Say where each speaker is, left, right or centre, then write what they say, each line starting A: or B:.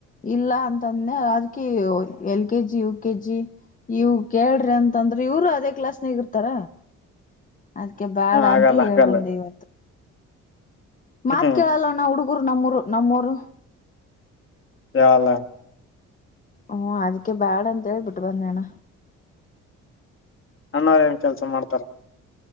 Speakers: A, on the left; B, on the left.
A: ಇಲ್ಲ ಅಂತದ್ನ ಅದಕ L K G U K G ಇವು ಕೇಳ್ರಿ ಅಂತಂದ್ರ ಇವರು ಅದೇ ಕ್ಲಾಸ್ನಗ ಇರ್ತಾರ. ಅದ್ಕ್ಕೆ ಬ್ಯಾಡ್
B: ಹ ಆಗಲ್ಲ
A: ಅಂತ ಹೇಳೇಳ್ಬಂದೆ
B: ಆಗಲ್ಲ
A: ಇವತ್ತ ಮಾತ್
B: ಹ್ಮ್
A: ಕೇಳಲ್ಲ ಅಣ್ಣ ಹುಡುಗರು ನಮ್ಮೂರು ನಮ್ಮೂರು
B: ಯಾಅಲ್ಲ
A: ಹ್ಮ್ ಅದಕ್ಕೆ ಬ್ಯಾಡ ಅಂತ ಬಿಟ್ಟ ಬಂದೇನಿ ಅಣ್ಣ
B: ಅಣ್ಣರಾ ಏನ್ ಕೆಲ್ಸ ಮಾಡ್ತಾರ